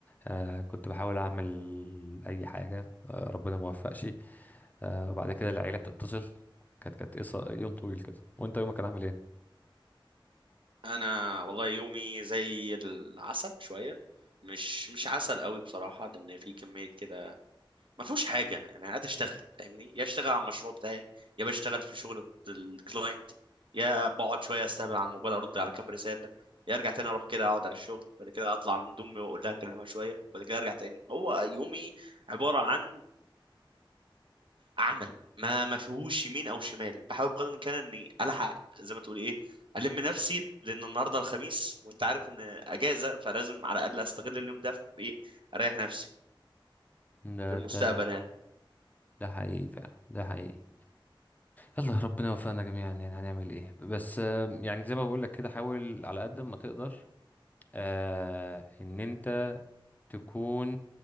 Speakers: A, on the left; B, on the right.
A: آه كنت بحاول اعمل اي حاجه آه ربنا ما وفقش آه وبعد كده العيله بتتصل كانت كانت قصة- يوم طويل كده وانت يومك كان عامل ايه
B: <laughs> انا والله يومي زي العسل شويه مش مش عسل قوي بصراحه لان في كميه كده ما فيهوش حاجه يعني انا قاعد اشتغل فاهمني يا اشتغل على المشروع بتاعي يا بشتغل في شغل الكلاينت يا بقعد شويه استهبل على الموبايل ارد على كام رساله يا ارجع تاني اروح كده اقعد على الشغل بعد كده اطلع عند امي واقول لها اكلمها شويه بعد كده ارجع تاني هو يومي عباره عن عمل ما ما فيهوش يمين او شمال بحاول بقدر الامكان اني الحق زي ما تقول ايه الم نفسي لان النهارده الخميس وانت عارف ان اجازه فلازم على الاقل استغل اليوم ده في ايه اريح نفسي
A: ده
B: في المستقبل
A: ده
B: يعني
A: ده حقيقي فعلا ده حقيقي يلا ربنا يوفقنا جميعا يعني هنعمل ايه بس آم، يعني زي ما بقول لك كده حاول على قد ما تقدر آه ان انت تكون